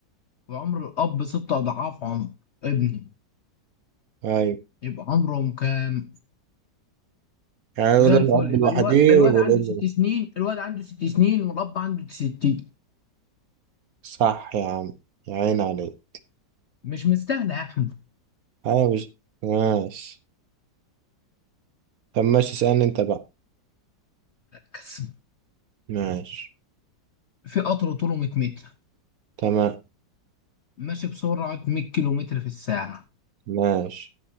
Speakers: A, on the left; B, on the right.
A: وعمر الاب ست اضعاف عمر ابنه
B: ايوه
A: يبقى عمرهم كام
B: يعني يقول
A: زي
B: الاب
A: الفل
B: الوحيد
A: يبقى الو... الواد
B: والابن
A: عنده ست
B: لوحده.
A: سنين الواد عنده ست سنين والاب عنده 60
B: صح يا عم يا عين عليك
A: مش مستاهله يا احمد
B: ايوه مش ماشي طب ماشي اسألني انت بقى
A: مركز
B: ماشي
A: في قطر طوله 100 متر
B: تمام
A: ماشي بسرعة 100 كيلو متر في الساعة
B: ماشي